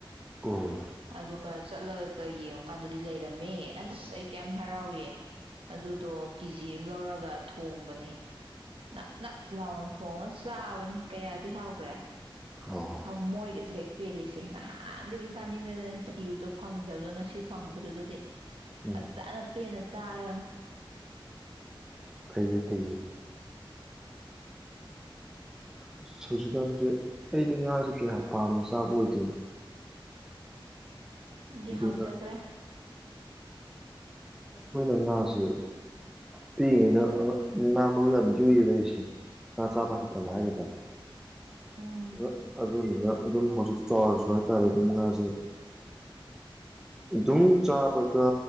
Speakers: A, in the centre; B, on the right (about 80°).
A: ꯎꯝ ꯑꯣ
B: ꯑꯗꯨꯒ ꯆꯠꯂꯒ ꯀ ꯌꯦꯡꯉꯨꯀꯥꯟꯗꯗꯤ ꯂꯩꯔꯝꯃꯦ ꯑꯁ ꯑꯩ ꯀꯌꯥꯝ ꯍꯔꯥꯎꯏ ꯑꯗꯨꯗꯣ ꯀꯦꯖꯤ ꯑꯃ ꯂꯧꯔꯒ ꯊꯣꯡꯕꯅꯤ ꯅꯞ ꯅꯞ ꯂꯥꯎꯅ ꯊꯣꯡꯉ ꯆꯥꯕꯅꯤ ꯀꯌꯥꯗꯤ ꯍꯥꯎꯈ꯭ꯔꯦ
A: ꯑꯣ
B: ꯊꯃꯣꯏꯒꯁꯦ ꯍꯦꯛ ꯄꯦꯜꯂꯤꯁꯦ ꯉꯍꯥꯟꯗꯒꯤ ꯆꯥꯅꯤꯡꯗꯗꯅ ꯊꯤꯕꯗꯣ ꯐꯪꯗꯕꯗꯣ ꯉꯁꯤ ꯐꯪꯕꯗꯨꯗꯗꯤ
A: ꯎꯝ
B: ꯑꯗꯨꯅ ꯄꯦꯟꯅ ꯆꯥꯔꯅꯤ
A: ꯐꯩ ꯐꯩ ꯑꯁ ꯍꯧꯨꯖꯤꯛꯀꯥꯟꯁꯦ ꯑꯩꯗꯤ ꯉꯥꯁꯦ ꯀꯌꯥ ꯄꯥꯝꯝꯕ ꯆꯥꯕ ꯑꯣꯏꯗꯣꯏꯅꯤ
B: ꯗꯤ ꯍꯥꯎꯖꯈ꯭ꯔꯦ
A: ꯉꯥ ꯑꯩꯈꯣꯏꯅ ꯉꯥꯁꯦ ꯄꯤꯛꯏꯉꯩꯗ ꯉꯥ ꯃꯔꯨ ꯌꯥꯝ ꯌꯨꯏꯌꯦꯕ ꯑꯩꯁꯦ ꯉꯥ ꯆꯥꯕ ꯍꯩꯇꯕ ꯍꯥꯏꯒꯗ꯭ꯔꯥ
B: ꯎꯝ
A: ꯑ ꯑꯗꯨꯗꯨꯅ ꯑꯗꯨꯝ ꯍꯧꯖꯤꯛ ꯆꯥꯎꯔꯁꯨ ꯍꯥꯏꯇꯥꯔꯦ ꯑꯗꯨꯝ ꯉꯥꯁꯦ ꯑꯗꯨꯝ ꯆꯥꯕꯗ